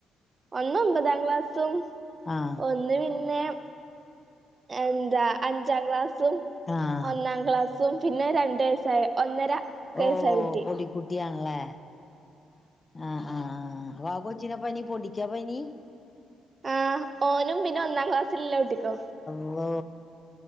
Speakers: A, on the right; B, on the left.
A: ഒന്ന് ഒമ്പതാം ക്ലാസ്സും
B: ആഹ്
A: ഒന്ന് പിന്നെ എന്താ അഞ്ചാം ക്ലാസ്സും
B: ആഹ്
A: ഒന്നാം ക്ലാസ്സും പിന്നെ രണ്ട് വയസ്സായ ഒന്നര വയസ്സായ
B: ഓ
A: കുട്ടി
B: പൊടി കുട്ടി. യാണല്ലേ. ആഹ് ആഹ് ആഹ് ആ കൊച്ചിന പനി പൊടിക്കാ പനി
A: ആഹ് ഓനും പിന്നെ ഒന്നാം ക്ലാസ് ല്ല ഊട്ടിക്കോ
B: ള്ളോ